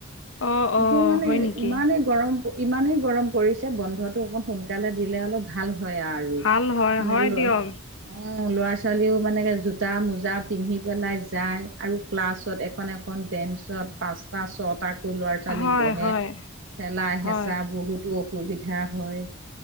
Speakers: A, on the left; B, on the right.
A: অ অ
B: এই কিন মানে
A: হয় নেকি
B: ইমানেই গৰম ইমানেই গৰম পৰিছে বন্ধটো অকণ সোনকালে দিলে অলপ ভাল হয় আৰু
A: ভাল হয়
B: মানে
A: হয়
B: লঅ
A: দিয়ক
B: অ ল'ৰা ছোৱালীও মানে জোতা মোজা পিন্ধি পেলাই যাই আৰু ক্লাছত এখন এ এখন বেঞ্চত পাঁচটা ছটা ল'ৰা-ছোৱালী
A: হয়
B: বহে,
A: হয়
B: ঠেলা
A: হয়
B: হেঁচা বহুতো সুবিধা হয়,